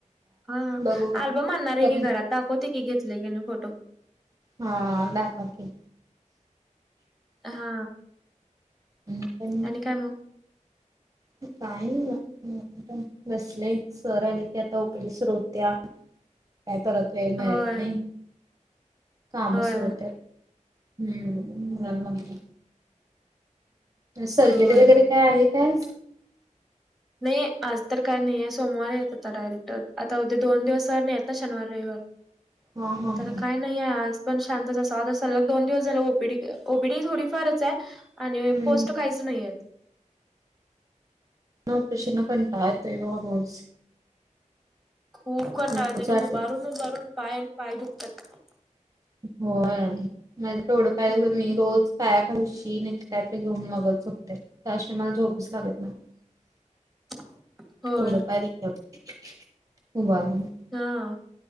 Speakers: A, in the centre; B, on the right.
A: हा
B: बघू बघू
A: आल्बम आणणार आहे
B: करून
A: की घरात. दाखवते की घेतलेय की नाही फोटो.
B: हा दाखवकी.
A: हा
B: <unintelligible>
A: आणि काय म
B: काय नाई म <unintelligible> बसलेय सर आले की आता ओ पी डी सुरू होतीया. काय करत तेन नाईत
A: होय
B: नी काम
A: होय
B: सुरू होत्यात हम्म <unintelligible> सर्जरी
A: होय
B: वगैरे काय आहे काय?
A: नाही आज तर काय नाहीये सोमवारी येत आता डायरेक्ट आता उद्या दोन दिवसन आता शनिवार रईवार
B: हा हा हा
A: तर काय नाहीे आज पण शांतच असावं आता सलग दोन दिवस झाला O P D O P D थोडीफारचे आणि
B: हम्म
A: पोस्ट काहीच नाहीयेत.
B: या ऑपेरेशन न कंटाळा येतोय ग रोज
A: खूप कंटाळा
B: नकोच
A: येतोय
B: वाटतय
A: आणि उभारून उभारून पाय आणि पाय दुखत्यात.
B: होय माझ तेवढं पाय
A: हम्म
B: दुखत्यात मी रोज कायाखाली उशी नाहीतर कायतरी घेऊन मगच झोपतोय त्याशिवाय मला झोपच लागत नाही.
A: <inaudible> होय
B: येवढ पाय दुखत्यात उभारून
A: हा